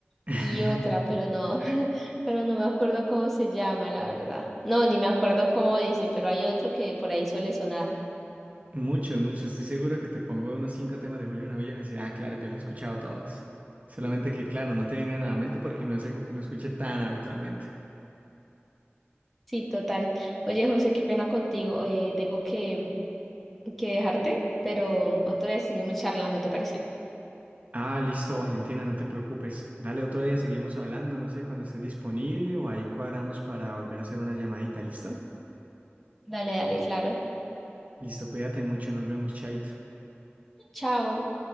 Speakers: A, on the right (about 35°); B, in the centre.
A: <laughs>
B: Y otra, pero no, <laughs> pero no me acuerdo cómo se llama, la verdad. No, ni me acuerdo cómo dice, pero hay otro que por ahí suele sonar.
A: Muchos, muchos. Estoy seguro que te pongo unos cinco temas de Julio Jaramillo y vas a decir, ah, claro, yo los he escuchado todos. Solamente que, claro, no te vienen a la mente porque no es algo que uno escuche tan habitualmente.
B: Sí, total. Oye, José, qué pena contigo. eh, tengo que que dejarte, pero otra vez seguimos charlando, ¿te parece?
A: Ah, listo, Valentina, no te preocupes. Dale, otro día seguimos hablando, no sé, cuando estés disponible o ahí cuadramos para volver a hacer una llamadita, ¿listo?
B: Dale, dale, claro.
A: Listo, cuídate mucho, nos vemos, chaito.
B: Chao.